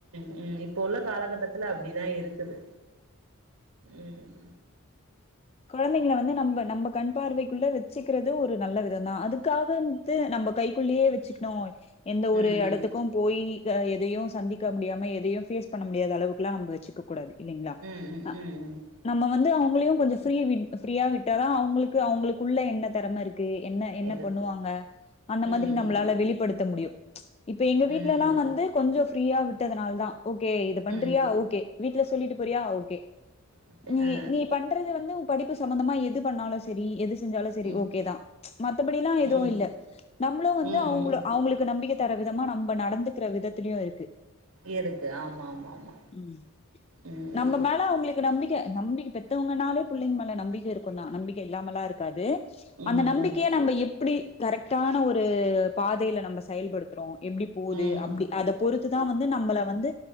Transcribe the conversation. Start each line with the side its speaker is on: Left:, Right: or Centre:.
Right: உம் இப்ப உள்ள காலகட்டத்துல அப்பிடிதா இருக்குது உம்
Left: கொழந்தைங்க வந்து நம்ம நம்ம கண் பார்வைக்குள்ள வச்சுக்கிறது ஒரு நல்ல விதோ தா அதுக்காக வந்து நம்ம கைக்குள்ளயே வச்சுக்கணு எந்த ஒரு
Right: ம் ம்
Left: இடத்துக்கு போய் எதையும் சந்திக்க முடியாம எதையு ஃபேஸ் பண்ண முடியாத அளவுக்கு எல்லா நம்ம வச்சிக்க கூடாது இல்லைங்களா
Right: ம் ம்
Left: ஆ
Right: ம் ம்
Left: நம்ம வந் வந்து அவங்களையு கொஞ்சே ஃப்ரீ ஃப்ரீயா விட்டாதான் அவங்களுக்கு அவங்களுக்குள்ள என்ன திறமை இருக் என்ன என்ன
Right: இருக்கு
Left: பண்ணுவாங்க அந்த மாதிரி
Right: ம்
Left: நம்மளால
Right: ம்
Left: வெளிப்படுத்த முடியு இப்ப எங்க வீட்ல
Right: ம்
Left: எல்லா
Right: ம் ம்
Left: வந்து கொஞ்சோ ஃப்ரீயா விட்டதுனால தா ஓகே இத பண்றியா
Right: ம்
Left: ஓகே வீட்ல சொல்லிட்டு போறியா ஓகே
Right: ஓகே
Left: நீ
Right: ஆ
Left: நீ பண்றது வந்து உன் படிப்பு சம்பந்தமா எது பண்ணாலு சரி எது செஞ்சாலு சரி
Right: ம்
Left: ஓகேதா மத்தபடி எல்லா எதுவு
Right: ம்
Left: இல்
Right: ம்
Left: நம்மளு வந்து
Right: ம்
Left: அவங்
Right: ம்
Left: அவங்களுக்கு நம்பிக்க தர விதமா நம்ம நடந்துக்கிற விதத்திலயு இருக்கு
Right: இருக்கு ஆமா ஆமா ஆமா
Left: ம்
Right: உம்
Left: நம்ம மேல அவங்களுக்கு நம்பிக்க நம்பிக் பெத்தவங்கனாலு புள்ளைங்க மேல நம்பிக்க இருக்கு தா நம்பிக்க இல்லாமலா இருக்காது
Right: ம்
Left: அந்த
Right: ம்
Left: நம்பிக்கைய
Right: ம்
Left: நம்ம எப்பிடி கரெக்டான ஒரு பாதையில நம்ம செயல்படுத்துறோ எப்டி போகுது
Right: ம்
Left: அப்டி
Right: ம்
Left: அத பொறுத்துதா வந்து நம்மள வந்து